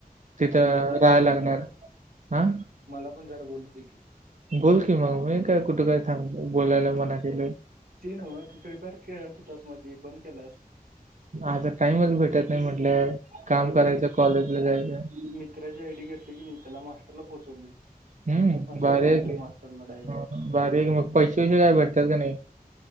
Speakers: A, on the right; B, on the right.
A: तिथं
B: मला पण बोलू
A: राहायला
B: दे
A: लागणार.
B: की जरा
A: हा
B: मला पण जरा बोलू दे की.
A: बोल की मग मी काय कुठे काय थांब बोलायला मना केलोय.
B: ती नव्हं तु फ्री फायर खेळत होतस मध्ये बंद केलास.
A: आता टाइमच भेटत नाही म्हटलं काम करायचं, कॉलेजला जायचं.
B: तु मित्राची आय डी घेतली की मी त्याला मास्टरला पोहोचवले.
A: हम्म,
B: मास्टर
A: भारी
B: पोहोचलोय
A: आहे की.
B: मास्टरला डायरेक्ट.
A: भारी आहे की मग पैशे विशे काय भेटतात का नाही?